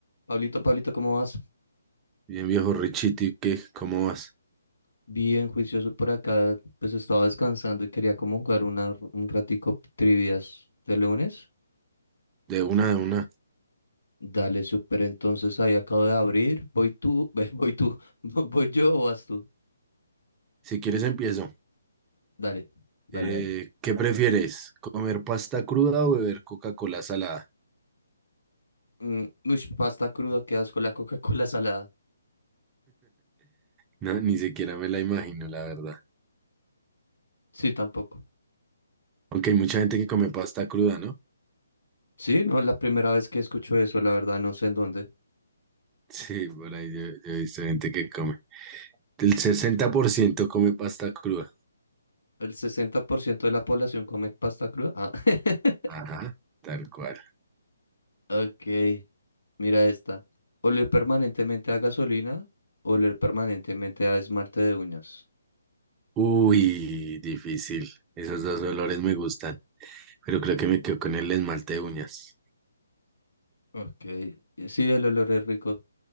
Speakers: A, on the left; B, on the right.
A: Pablito, Pablito, ¿cómo vas?
B: Bien, viejo Richiti, ¿qué? ¿Cómo vas?
A: Bien juicioso por acá, pues estaba descansando y quería como jugar una, r- un ratico trivias de lunes.
B: De una, de una.
A: Dale, súper, entonces ahí acabo de abrir, voy tú, <laughs> voy tú, <laughs> voy yo o vas tú.
B: Si quieres empiezo.
A: Dale, dale,
B: Eh,
A: dale.
B: ¿qué prefieres? ¿Comer pasta cruda o beber Coca-Cola salada?
A: Mm, ush, pasta cruda, qué asco la Coca-Cola salada.
B: No, ni siquiera me la imagino, la verdad.
A: Sí, tampoco.
B: Aunque hay mucha gente que come pasta cruda, ¿no?
A: Sí, no, la primera vez que escucho eso, la verdad, no sé en dónde.
B: Sí, por ahí yo, yo he visto gente que come. El 60% come pasta cruda.
A: El 60% de la población come pasta cruda. Ah. <laughs>
B: Ajá, tal cual.
A: Ok, mira esta. Oler permanentemente a gasolina, oler permanentemente a esmalte de uñas.
B: Uy, difícil. Esos dos olores me gustan, pero creo que me quedo con el esmalte de uñas.
A: Ok, sí, el olor es rico,